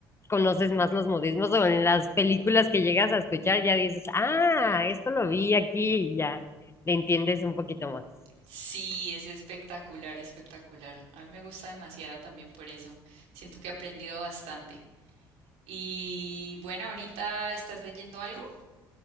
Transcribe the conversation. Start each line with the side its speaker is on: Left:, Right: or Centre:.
Left: conoces más los modismos o en las películas que llegas a escuchar ya dices, ah, esto lo vi aquí y ya le entiendes un poquito más.
Right: sí, es espectacular, espectacular. A mí me gusta demasiado también por eso. Siento que he aprendido bastante. Y bueno, ahorita estás leyendo algo.